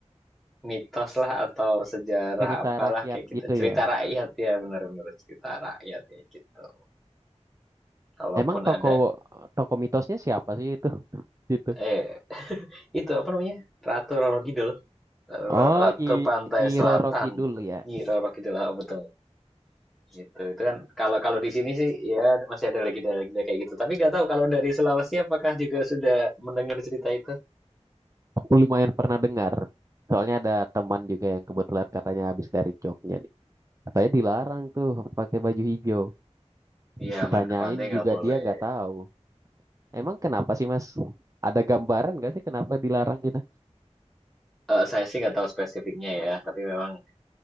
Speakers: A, in the centre; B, on the right.
A: Mitos lah atau sejarah
B: Cerita
A: apalah
B: rakyat
A: kayak gitu.
B: gitu
A: Cerita
B: ya.
A: rakyat ya, benar-benar cerita rakyat ya gitu. Kalaupun
B: Emang toko
A: ada
B: toko mitosnya siapa sih itu? Gitu.
A: eh itu apa namanya? Ratu Roro Kidul, R-
B: Oh,
A: Ratu
B: Nyi,
A: Pantai
B: Nyi
A: Selatan.
B: Roro Kidul ya.
A: Nyi Roro Kidul ah, betul. Gitu. Itu kan kalau kalau di sini sih ya masih ada lagi ada lagi kayak gitu. Tapi nggak tahu kalau dari Sulawesi apakah juga sudah mendengar cerita itu?
B: Aku lumayan pernah dengar. Soalnya ada teman juga yang kebetulan katanya habis dari Jogja nih. Katanya dilarang tuh pakai baju hijau.
A: Iya,
B: Kutanyain
A: main ke pantai nggak
B: juga
A: boleh.
B: dia nggak tahu. Emang kenapa sih Mas? Ada gambaran nggak sih kenapa dilarang gitu?
A: Eh, saya sih nggak tahu spesifiknya ya, tapi memang